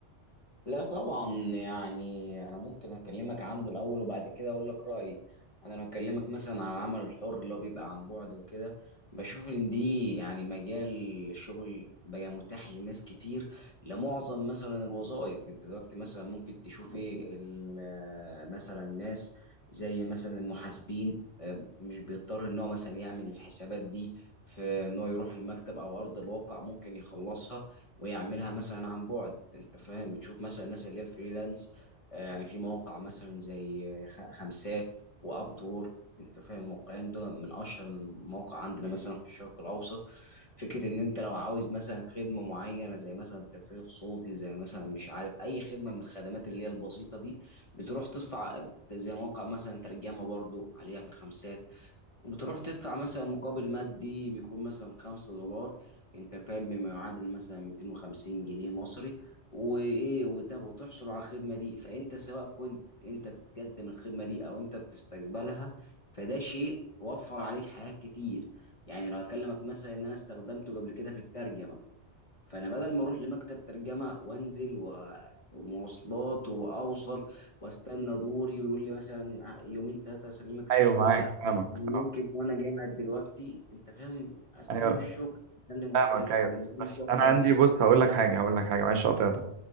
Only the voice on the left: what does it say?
لا طبعا يعني انا ممكن اكلمك عنه الاول وبعد كده اقول لك رايي انا لو اكلمك مثلا عن العمل الحر اللي هو بيبقى عن بعد وكده بشوف ان دي يعني مجال الشغل بقى متاح لناس كتير لمعظم مثلا الوظائف انت دلوقتي مثلا ممكن تشوف ايه ال- آه، مثلا ناس زي مثلا المحاسبين آه، مش بيضطر ان هو مثلا يعمل الحسابات دي في ان هو يروح المكتب او ارض الواقع ممكن يخلصها ويعملها مثلا عن بعد انت فاهم بتشوف مثلا الناس اللي هي الفريلانس آه، يعني في مواقع مثلا زي آه، خ- خمسات واب وورك انت فاهم الموقعين دول من اشهر المواقع عندنا مثلا في الشرق الاوسط فكره ان انت لو عاوز مثلا خدمه معينه زي مثلا تفريغ صوتي زي مثلا مش عارف اي خدمه من الخدمات اللي هي البسيطه دي بتروح تدفع آه، زي موقع مثلا ترجمه برضو عليها في الخمسات بتروح تدفع مثلا مقابل مادي بيكون مثلا خمسة دولار انت فاهم بما يعادل مثلا 250 جنيه مصري وايه وت- وتحصل على الخدمه دي فانت سواء كنت انت بتقدم الخدمه دي او انت بتستقبلها فده شيء وفر عليك حاجات كتير يعني لو اكلمك مثلا ان انا استخدمته قبل كده في الترجمه فانا بدل ما اروح لمكتب ترجمه وانزل و- ومواصلات واوصل واستنى دوري ويقول لي مثلا يومين ثلاثه اسلمك الشغل
لا
انا
ممكن وانا قاعد دلوقتي انت فاهم استلم
الشغل اسلم واستلم
فبالنسبه لي
ده
كويس